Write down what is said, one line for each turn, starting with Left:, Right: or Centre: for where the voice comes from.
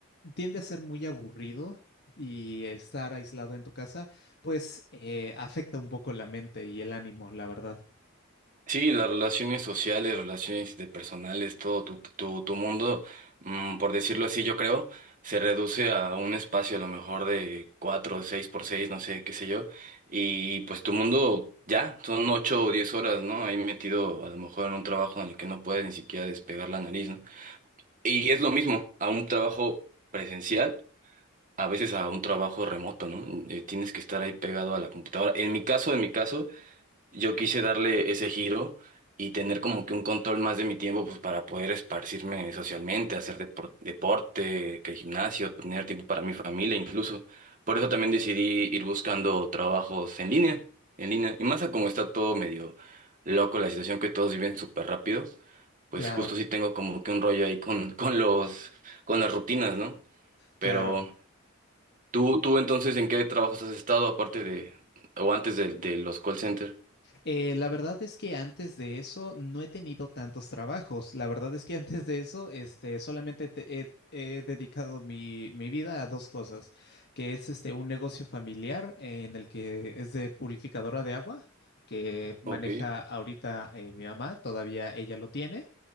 Left: tiende a ser muy aburrido. Y el estar aislado en tu casa, pues eh, afecta un poco la mente y el ánimo, la verdad.
Right: Sí, las relaciones sociales, relaciones interpersonales, todo tu, tu, tu mundo, mm, por decirlo así, yo creo, se reduce a un espacio a lo mejor de cuatro, seis por seis, no sé, qué sé yo, y pues tu mundo ya, son ocho o diez horas, ¿no? Ahí metido a lo mejor en un trabajo en el que no puedes ni siquiera despegar la nariz, ¿no? Y es lo mismo, a un trabajo presencial, a veces a un trabajo remoto, ¿no? Eh, tienes que estar ahí pegado a la computadora. En mi caso, en mi caso yo quise darle ese giro y tener como que un control más de mi tiempo pues para poder esparcirme socialmente, hacer depor- deporte, que gimnasio, tener tiempo para mi familia incluso. Por eso también decidí ir buscando trabajos en línea, en línea. Y más a como está todo medio loco, la situación que todos viven súper rápido, pues
Left: Claro,
Right: justo sí tengo como que un rollo ahí con, con los, con las rutinas, ¿no? Pero
Left: claro.
Right: tú, tú entonces, ¿en qué trabajos has estado aparte de, o antes de, de los call centers?
Left: Eh, la verdad es que antes de eso no he tenido tantos trabajos. La verdad es que <laughs> antes de eso, este, solamente te- he, he dedicado mi, mi vida a dos cosas, que es este un negocio familiar eh, en el que es de purificadora de agua, que maneja
Right: Ok.
Left: ahorita eh, mi mamá, todavía ella lo tiene.